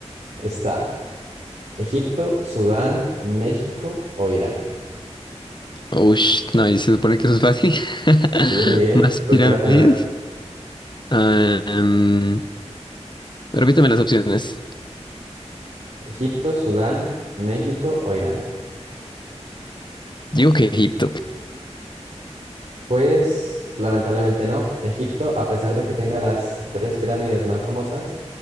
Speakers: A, on the right; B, on the left.
A: Está Egipto, Sudán, México o Irán.
B: Uy, no, y se supone que eso es fácil. <laughs>
A: Muy bien Miguel,
B: Más pirámides.
A: cultura general.
B: Ah, em, repítame las opciones.
A: ¿Egipto, Sudán, México o Irán?
B: Digo que Egipto.
A: Pues lamentablemente no. Egipto, a pesar de que tenga las tres pirámides más famosas,